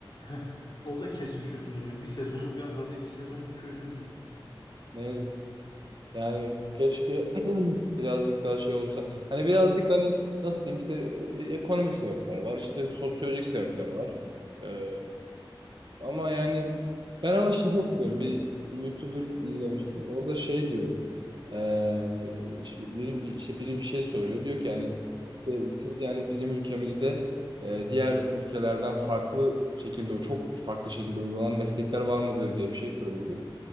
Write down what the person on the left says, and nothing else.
<laughs> O da kesin çözüm olmuyor. Bir sezonluk en fazla iki sezonluk çözüm gibi.